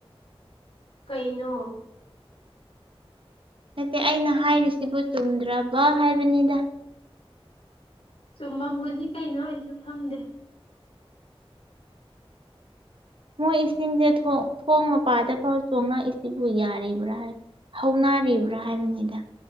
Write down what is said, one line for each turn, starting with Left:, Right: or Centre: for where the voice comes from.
Left: ꯀꯩꯅꯣ
Right: ꯅꯠꯇꯦ ꯑꯩꯅ ꯍꯥꯏꯔꯤꯁꯤꯕꯨ ꯆꯨꯝꯗ꯭ꯔꯕ ꯍꯥꯏꯕꯅꯤꯗ
Left: ꯆꯨꯝꯃꯝꯒꯅꯤ ꯀꯩꯅꯣ ꯑꯩꯁꯨ ꯈꯪꯗꯦ
Right: ꯃꯣꯏ ꯏꯁꯤꯡꯁꯦ ꯊꯣꯡ ꯃꯄꯥꯗꯐꯥꯎ ꯆꯣꯉꯛꯏꯁꯤꯕꯨ ꯌꯥꯔꯤꯕ꯭ꯔ ꯍꯥꯏ ꯍꯧꯅꯔꯤꯕ꯭ꯔ ꯍꯥꯏꯕꯅꯤꯗ